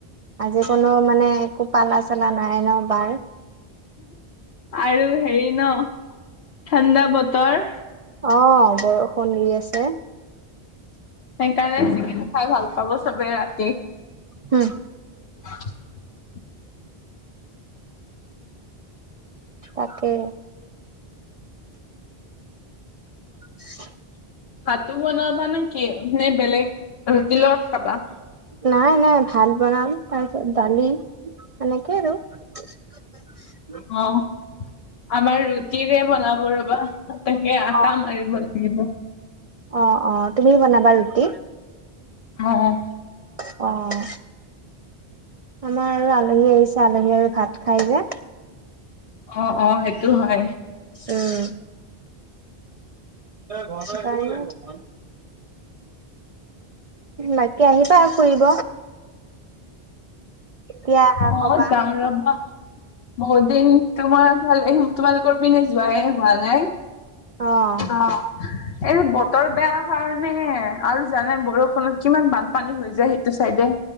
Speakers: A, on the right; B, on the left.
A: আজি কোনো মানে একো পালা-চালা নাই ন বাৰ?
B: আৰু হেৰি ন ঠাণ্ডা বতৰ
A: অ', বৰষুণ দি আছে।
B: সেইকাৰণে চিকেন খাই ভাল পাব চবে ৰাতি।
A: উম।
B: <inaudible>
A: অকে। <inaudible>
B: ভাতো বনাবা নেকি? নে বেলেগ ৰুটিৰ লগত খাবা?
A: নাই, নাই, ভাত বনাম, তাৰপিছত দালি সেনেকে আৰু <inaudible>
B: অ', আমাৰ ৰুটিৰে বনাব ৰ'বা তাকে, আটা
A: অ
B: মাৰিব লাগিব।
A: অ', অ', তুমি বনাবা ৰুটি?
B: অ', অ'।
A: অ'। আমাৰ আৰু আলহী আহিছে, আলহী আৰু ভাত খাই যে
B: অ', অ', সেইটো হয়।
A: উম। <inaudible> বাকী আহিবা আৰু ফুৰিব কেতিয়া আহা
B: অ',
A: কবা
B: যাম ৰ'বা বহুতদিন তোমাৰ ফালে, তোমালোকৰ পিনে যোৱাই হোৱা নাই।
A: অ
B: অ', এই বতৰ বেয়া কাৰণেহে আৰু জানাই বৰ ষুণত, কিমান বানপানী হৈ যায় সেইটো চাইডে।